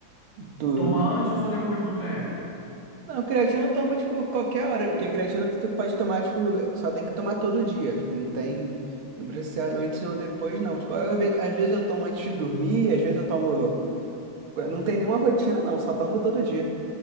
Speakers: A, on the right (about 80°); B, on the left (about 60°).
A: Tu.
B: Toma antes ou depois do treino?
A: Não, creatina eu tomo, tipo, qualquer hora. Porque creatina tu, tu pode tomar, tipo, só tem que tomar todo dia. Tipo, não tem. Não precisa ser antes ou depois, não. Tipo, às vezes, às vezes eu tomo antes de dormir, às vezes eu tomo. Não tem nenhuma rotina, não, só tomo todo dia.